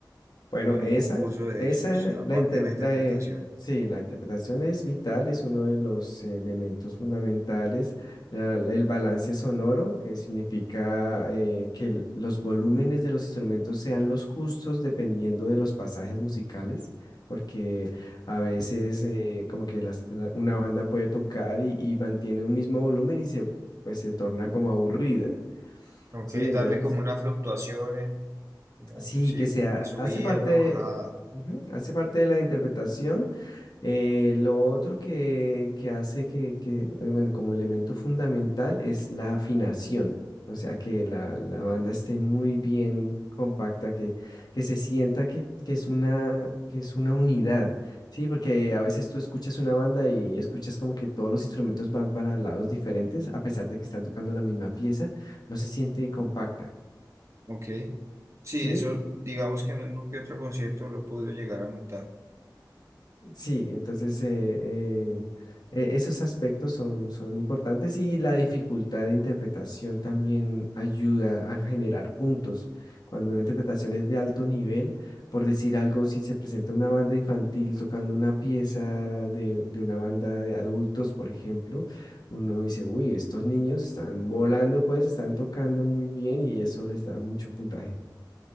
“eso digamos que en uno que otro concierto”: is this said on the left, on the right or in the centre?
Right